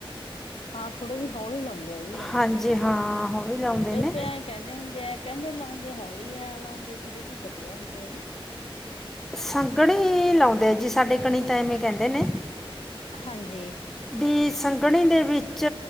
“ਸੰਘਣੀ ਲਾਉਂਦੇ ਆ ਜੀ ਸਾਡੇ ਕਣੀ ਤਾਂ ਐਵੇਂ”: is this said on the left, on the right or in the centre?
Centre